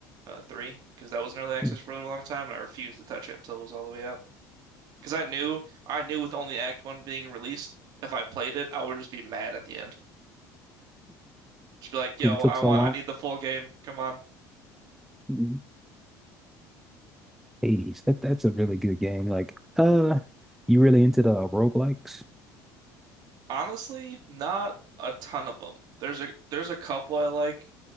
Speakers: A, on the right; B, in the centre.
A: uh, three, because that was in early access
B: <laughs>
A: for a really long time, and I refused to touch it until it was all the way out. Because I knew, I knew with only Act One being released, if I played it, I would just be mad at the end. Just be like, "Yo,
B: 'Cause It took
A: I
B: so
A: want,
B: long.
A: I need the full game. Come on."
B: Mhm. Hades. That that's a really good game. Like, uh, you really into the roguelikes?
A: Honestly, not a ton of them. There's a, there's a couple I like.